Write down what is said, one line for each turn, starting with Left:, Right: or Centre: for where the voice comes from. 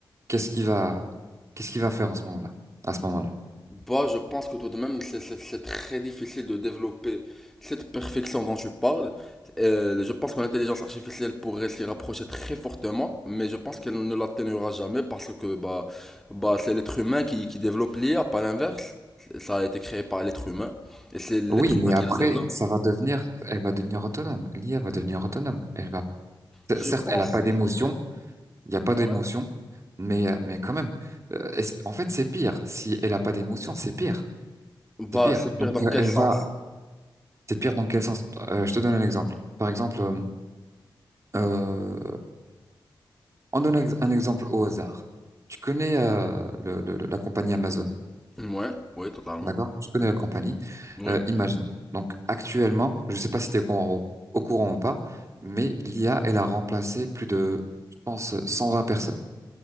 Right: qu'est-ce qu'il va, qu'est-ce qu'il va faire en ce moment-là, à ce moment-là?
Centre: Bah, je pense que tout de même, c'est c'est- c'est très difficile de développer cette perfection dont tu parles. Euh, je pense que l'intelligence artificielle pourrait s'y rapprocher très fortement, mais je pense qu'elle ne l'atteignera jamais parce que bah, bah, c'est l'être humain qui, qui développe l'IA, pas l'inverse. Ça a été créé par l'être humain et c'est l'être
Right: Oui, mais
Centre: humain qui
Right: après,
Centre: le développe.
Right: ça va devenir, elle va devenir autonome. L'IA va devenir autonome. Elle va, C-
Centre: Je
Right: certes,
Centre: pense.
Right: elle n'a pas d'émotion, il n'y a pas d'émotion,
Centre: Ouais.
Right: mais, euh, mais quand même, Euh, est-ce- en fait, c'est pire. Si elle n'a pas d'émotion, c'est pire.
Centre: Bah,
Right: C'est pire.
Centre: c'est pire
Right: Donc,
Centre: dans
Right: euh,
Centre: quel
Right: elle
Centre: sens?
Right: va, c'est pire dans quel sens? Euh, je te donne un exemple. Par exemple, euh, euh, En donnant ex- un exemple au hasard. Tu connais euh, le- le- le- la compagnie Amazon,
Centre: Ouais, oui, totalement.
Right: d'accord? Tu connais la compagnie.
Centre: Oui.
Right: Euh, imagine. Donc actuellement, je ne sais pas si tu es au courant, au courant ou pas, mais l'IA, elle a remplacé plus de, je pense, 120 personnes.